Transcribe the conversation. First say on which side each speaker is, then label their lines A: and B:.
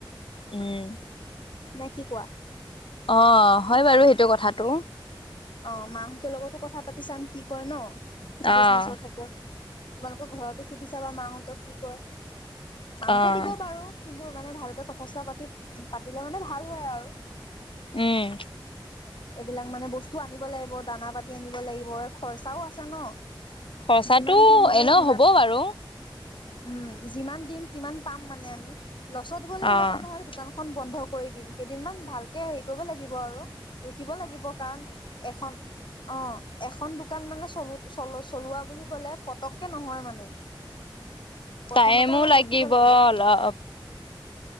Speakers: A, on the left; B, on the left.
A: উম।
B: নে কি কোৱা?
A: অ, হয় বাৰু সেইটো কথাটো।
B: অ' মাহঁতৰ লগতো কথা পাতি চাম। কি কয় ন বিজনেচৰ
A: অ',
B: ক্ষেত্ৰত তোমালোকৰ ঘৰতো সুধিছাবা মাহঁতক কি কয় মাহঁতে
A: অ',
B: দিব বাৰু কিন্তু মানে ভালকে কথা চথা পাতি পাতিলে মানে ভাল হয় আৰু
A: উম।
B: এইবিলাক মানে বস্তুও আনিব লাগিব দানা পাতি আনিব লাগিব খৰচাও আছে ন।
A: খৰচাতটো
B: যিমান দিম মানে
A: এনে
B: তিমান
A: হব বাৰু
B: উম, যিমান দিম িমান পাম মানে আমি লছত গ'লে
A: অ
B: এনেকুৱা নহয় দোকানখন বন্ধ কৰি দিম কেইদিনমান ভালকে হেৰি কৰিব লাগিব আৰু ৰখিব লাগিব কাৰণ এখন অ, এখন দোকান মানে চলল চলোৱা বুলি কলে পতককে নহয় মানে প্ৰথমতে
A: টাইমো
B: অলপ ৰখিব লাগিব।
A: অলপ
B: উম,